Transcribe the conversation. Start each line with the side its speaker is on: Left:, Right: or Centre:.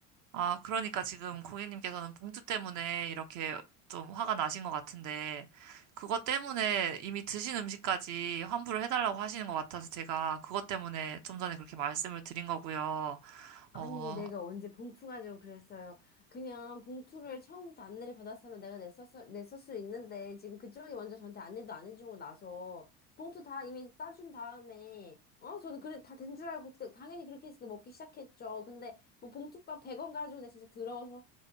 Right: 아, 그러니까 지금 고객님께서는 봉투 때문에 이렇게 좀 화가 나신 것 같은데, 그것 때문에 이미 드신 음식까지 환불을 해달라고 하시는 것 같아서 제가 그것 때문에 좀 전에 그렇게 말씀을 드린 거고요. 어,
Left: 아니, 내가 언제 봉투 가지고 그랬어요. 그냥 봉투를 처음부터 안내를 받았으면 내가 냈었을, 냈을 수 있는데, 지금 그쪽이 먼저 저한테 안내도 안 해주고 나서, 봉투 다 이미 싸준 다음에, 어, 저는 그래, 다 된 줄 알고, 그때 당연히 그렇게 해서 먹기 시작했죠. 근데, 뭐, 봉투값 100원 가지고 내가 진짜 더러워서,